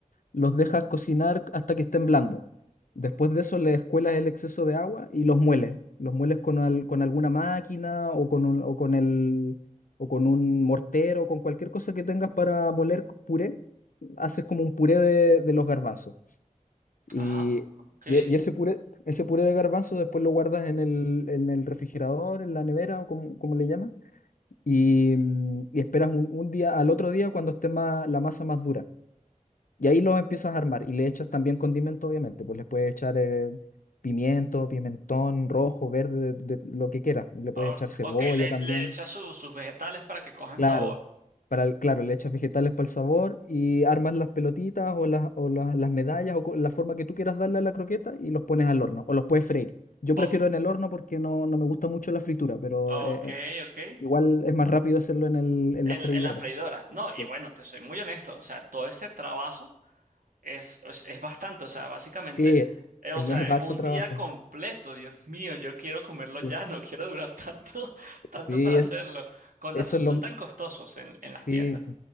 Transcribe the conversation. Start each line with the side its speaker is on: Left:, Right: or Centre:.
Left: los dejas cocinar hasta que estén blandos. Después de eso le escuelas el exceso de agua y los mueles. Los mueles con, al- con alguna máquina o con un, o con el, o con un mortero, con cualquier cosa que tengas para moler puré. Haces como un puré de, de los garbanzos. Y,
Right: ah, ok.
Left: y e- y ese puré, ese puré de garbanzo después lo guardas en el, en el refrigerador, en la nevera o como, como le llaman. Y, mm, y esperas un, un día, al otro día cuando esté más, la masa más dura. Y ahí los empiezas a armar y le echas también condimento, obviamente, pues le puedes echar eh, pimiento, pimentón rojo, verde, de, de lo que quieras. Le puedes
Right: O-
Left: echar cebolla
Right: ok, le,
Left: también,
Right: le echas su- sus vegetales para que cojan
Left: claro.
Right: sabor.
Left: Para el- claro, le echas vegetales para el sabor y armas las pelotitas o las, o las, las medallas o co- la forma que tú quieras darle a la croqueta y los pones al horno o los puedes freír. Yo
Right: O-
Left: prefiero en el horno porque no, no me gusta mucho la fritura, pero
Right: ok,
Left: eh, eh,
Right: ok.
Left: igual es más rápido hacerlo en el, en
Right: En,
Left: la freidora.
Right: en la freidora. No, y
Left: Sí,
Right: bueno, te soy muy honesto, o sea, todo ese trabajo. Es, es, es bastante, o sea, básicamente,
Left: sí, es,
Right: eh, o
Left: es
Right: sea,
Left: harto
Right: es un
Left: trabajo.
Right: día completo, Dios <laughs> mío, yo quiero comerlo ya,
Left: Sí,
Right: no quiero durar tanto, <laughs> tanto
Left: sí,
Right: para hacerlo.
Left: es-
Right: Con
Left: eso
Right: razón
Left: es
Right: son
Left: lo,
Right: tan costosos en, en las
Left: Sí,
Right: tiendas.